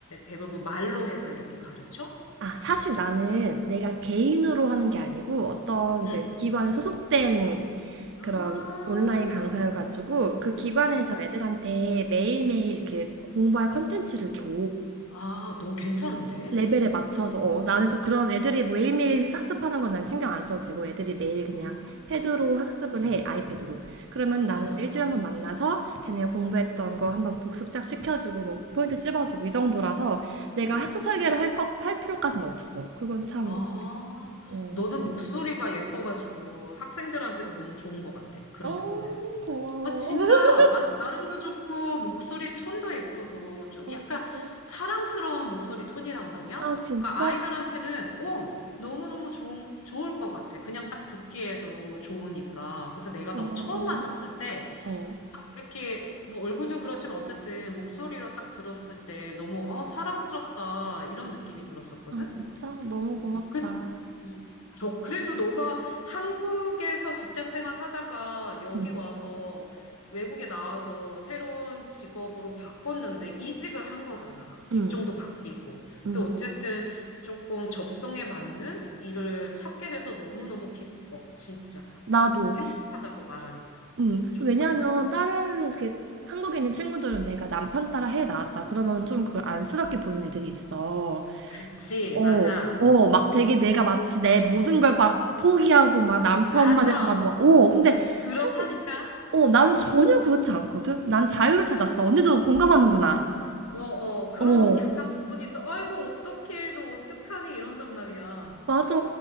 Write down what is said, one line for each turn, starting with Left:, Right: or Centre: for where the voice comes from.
Left: 대부분 말로 해서 이렇게 가르쳐?
Right: 아, 사실 나는 내가 개인으로 하는 게 아니고 어떤 이제
Left: 응.
Right: 기관에 소속된
Left: 아,
Right: 그런 온라인 강사여가지고 그 기관에서
Left: 아,
Right: 애들한테 매일매일 이렇게 공부할 컨텐츠를 줘.
Left: 아, 너무 괜찮은데?
Right: 레벨에 맞춰서. 어, 나는 그래서 그런 애들이 매일매일 학습하는 건 난 신경 안 써도 되고 애들이 매일 그냥
Left: 아,
Right: 패드로 학습을 해, 아이패드로. 그러면 나는
Left: 아.
Right: 일주일에 한 번 만나서 걔네가 공부했던 거 한번 복습 쫙 시켜주고 뭐 포인트 찝어주고 이 정도라서
Left: 아,
Right: 내가 학습 설계를 할, 거, 할 필요까지는 없어. 그건 참
Left: 아,
Right: 어.
Left: 너는 목소리가 예뻐가지고 학생들한테도 너무 좋은 것 같아. 그런
Right: 어,
Left: 부분에서.
Right: 고마워.
Left: 어, 진짜,
Right: <laughs>
Left: 완, 발음도 좋고, 목소리 톤도 예쁘고, 좀
Right: 아,
Left: 약간
Right: 진짜?
Left: 사랑스러운 목소리 톤이란 말이야?
Right: 아, 진짜?
Left: 그러니까 아이들한테는, 어, 너무너무 좋은, 좋을 것 같아. 그냥 딱 듣기에도 좋으니까. 그래서 내가
Right: 고마워.
Left: 너 처음 만났을 때,
Right: 어.
Left: 딱 이렇게, 뭐 얼굴도 그렇지만 어쨌든 목소리로 딱 들었을 때 너무, 어, 사랑스럽다. 이런 느낌이 들었었거든?
Right: 아, 진짜? 너무
Left: 음,
Right: 고맙다.
Left: 그, 음, 저, 그래도 너가 한국에서 직장 생활 하다가 여기
Right: 응,
Left: 와서 외국에 나와서 새로운 직업으로 바꿨는데 이직을 한 거잖아. 직종도
Right: 응,
Left: 바뀌고.
Right: 응.
Left: 또 어쨌든 조금 적성에 맞는 일을 찾게 돼서 너무너무 기뻐. 진짜.
Right: 나도.
Left: 행복하다고 말하니까.
Right: 응.
Left: 좋다고
Right: 왜냐면,
Left: 말.
Right: 다른, 이렇게, 한국에 있는 친구들은 내가 남편 따라 해 나왔다. 그러면 좀 그걸 안쓰럽게 보는 애들이 있어.
Left: 그치,
Right: 어,
Left: 맞아.
Right: 어, 막 되게 내가 마치 내 모든 걸 막 포기하고 막 남편만을
Left: 맞아.
Right: 바라보고. 어, 근데
Left: 그렇다니까.
Right: 사실, 어, 난 전혀 그렇지 않거든? 난 자유를 찾았어. 언니도 공감하는구나.
Left: 어, 어, 그런
Right: 어,
Left: 약간 부분이 있어. 아이고, 어떡해, 너 어떡하니? 이런단 말이야.
Right: 맞아.